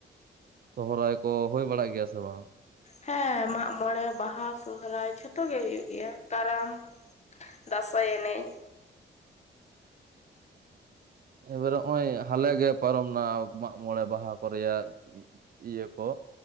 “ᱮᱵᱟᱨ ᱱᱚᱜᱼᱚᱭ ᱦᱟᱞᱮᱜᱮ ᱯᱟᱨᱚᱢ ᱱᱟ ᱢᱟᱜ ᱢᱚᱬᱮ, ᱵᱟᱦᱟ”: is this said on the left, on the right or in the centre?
Right